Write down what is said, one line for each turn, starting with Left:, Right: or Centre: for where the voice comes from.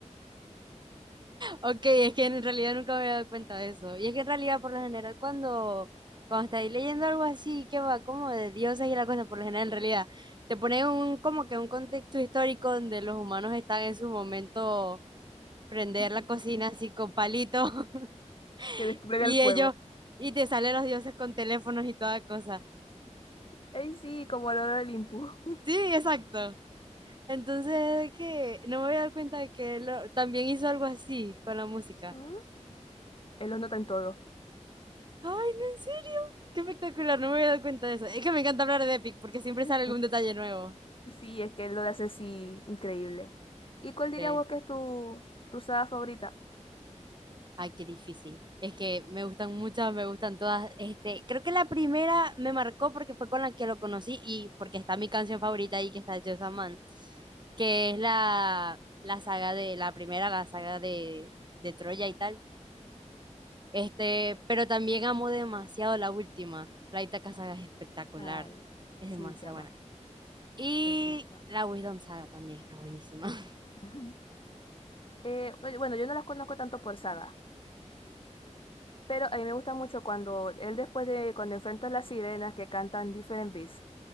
Right: Ok, es que en realidad nunca me había dado cuenta de eso. Y es que en realidad, por lo general, cuando, cuando estáis leyendo algo así, que va como de dioses y la cosa, por lo general, en realidad, te pone un, como que un contexto histórico donde los humanos están en su momento prender
Left: <laughs>
Right: la cocina así con palito <laughs>
Left: que despliega
Right: y
Left: el fuego.
Right: ellos, y te salen los dioses con teléfonos y toda cosa.
Left: Ey, sí, como el oro del Olimpo.
Right: Sí, exacto. Entonces, que no me había dado cuenta de que él lo- también hizo algo así con la música.
Left: ¿Mm? Él los nota en todo.
Right: Ay, no, en serio, qué espectacular, no me había dado cuenta de eso. Es que me encanta hablar de Epic porque siempre
Left: <laughs>
Right: sale algún detalle nuevo.
Left: Sí, es que él lo hace así increíble. ¿Y cuál dirías
Right: Sí.
Left: vos que es tu, tu saga favorita?
Right: Ay, qué difícil. Es que me gustan muchas, me gustan todas. Este, creo que la primera me marcó porque fue con la que lo conocí y porque está mi canción favorita ahí, que está Just a Man, que es la, la saga de, la primera, la saga de, de Troya y tal. Este, pero también amo demasiado la última. La Ítaca saga es espectacular.
Left: Ay,
Right: Es
Left: sí,
Right: demasiado
Left: chama,
Right: buena. Y
Left: es buenísima.
Right: la Wisdom saga también está buenísima. <laughs>
Left: <laughs> Eh, oye, bueno, yo no las conozco tanto por saga, pero a mí me gusta mucho cuando él después de cuando enfrenta a las sirenas que cantan Different Beasts.